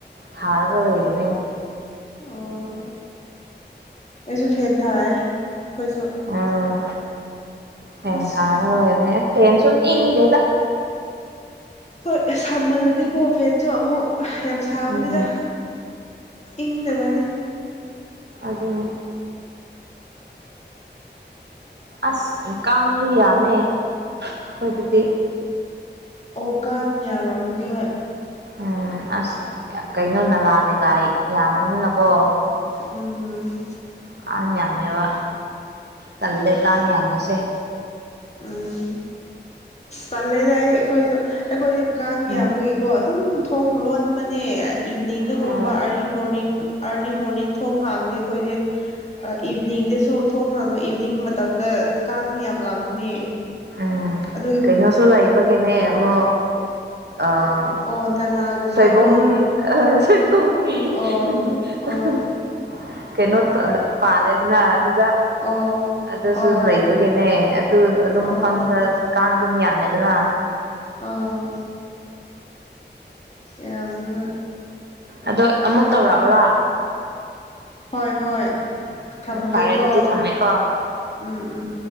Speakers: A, on the right (about 65°); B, on the left (about 35°).
A: ꯊꯥꯔꯒ ꯂꯩꯔꯤꯅꯦ
B: ꯑꯣ ꯑꯩꯁꯨ ꯐꯦꯟ ꯊꯥꯏ ꯑꯩꯈꯣꯏꯁꯨ
A: ꯎꯝ ꯐꯦꯟ
B: ꯑꯁ
A: ꯊꯥꯔꯒ ꯂꯩ ꯂꯩꯕꯅꯦ ꯐꯦꯟꯁꯨ ꯏꯪꯗꯦꯗ
B: ꯍꯣꯏ ꯁꯥꯃꯜꯂꯗꯤꯀꯣ ꯐꯦꯟꯁꯨ ꯑꯃꯨꯛ ꯌꯥꯝ ꯁꯥꯕꯅꯤꯗ
A: ꯎꯝ
B: ꯏꯪꯗꯕꯅꯦ
A: ꯑꯗꯨꯅꯦ ꯑꯁ ꯀꯥꯡꯁꯨ ꯌꯥꯝꯃꯦ ꯑꯈꯣꯏꯗꯗꯤ
B: ꯑꯣ ꯀꯥꯡ ꯌꯥꯝꯔꯝꯒꯅꯤ ꯍꯣꯏ
A: ꯎꯝ ꯑꯁ ꯀꯩꯅꯣ ꯅꯂꯥ ꯀꯩꯀꯥꯏ ꯌꯥꯝꯕꯅꯤꯅꯀꯣ
B: ꯎꯝ
A: ꯀꯥꯡ ꯌꯥꯝꯃꯦꯕ ꯇꯜꯂꯦ ꯀꯥꯡ ꯌꯥꯝꯕꯁꯦ
B: ꯎꯝ ꯇꯜꯂꯦꯗ ꯑꯩ ꯑꯈꯣꯏꯁꯨ ꯑꯈꯣꯏ ꯀꯥꯡ
A: ꯎꯝ
B: ꯌꯥꯝꯕꯒꯤꯀꯣ ꯑꯗꯨꯝ ꯊꯣꯡ ꯂꯣꯟꯕꯅꯦ ꯏꯚꯅꯤꯡꯗꯒꯨꯝꯕ
A: ꯎꯝ
B: ꯑꯥꯔꯂꯤ ꯃꯣꯔꯅꯤꯡ ꯑꯥꯔꯂꯤ ꯃꯣꯔꯅꯤꯡ ꯊꯣꯡ ꯍꯥꯡꯗꯦ ꯑꯈꯣꯏꯗꯤ ꯏꯚꯤꯅꯤꯡꯗꯁꯨ ꯊꯣꯡ ꯍꯥꯡꯉꯣꯏ ꯏꯚꯤꯅꯤꯡ ꯃꯇꯝꯗ ꯀꯥꯡꯁꯦ ꯌꯥꯝ ꯂꯥꯛꯄꯅꯦ
A: ꯎꯝ
B: ꯑꯗꯣ
A: ꯀꯩꯅꯣꯁꯨ ꯂꯩꯕꯒꯤꯅꯦ ꯑꯃ ꯑꯥ
B: ꯑꯣ ꯅꯂꯥꯒꯨꯝꯕꯀꯣ
A: ꯁꯣꯏꯕꯨꯝ ꯑ ꯁꯣꯏ <unintelligible>
B: ꯑꯣ ꯑꯣ
A: ꯀꯩꯅꯣ ꯄꯥꯜꯂꯦꯗꯅ ꯑꯗꯨ
B: ꯑꯣ
A: ꯑꯗꯨꯁꯨ
B: ꯑꯣ
A: ꯂꯩꯕꯒꯤꯅꯦ ꯑꯗꯨ ꯑꯗꯨꯝ
B: ꯑꯣ
A: ꯃꯐꯝꯗ ꯀꯥꯡ ꯑꯗꯨꯝ ꯌꯥ ꯃꯦ ꯗꯅꯥ
B: ꯑꯥ ꯌꯥꯝꯃꯦ
A: ꯑꯗꯣ ꯑꯃꯨꯛ ꯇꯧꯔꯛꯎꯔ
B: ꯍꯣꯏ ꯍꯣꯏ ꯊꯝꯃꯒꯦꯀꯣ
A: ꯍꯣꯏ ꯐꯔꯦ ꯑꯗꯨꯗꯤ ꯊꯝꯃꯦꯀꯣ
B: ꯎꯝ ꯎꯝ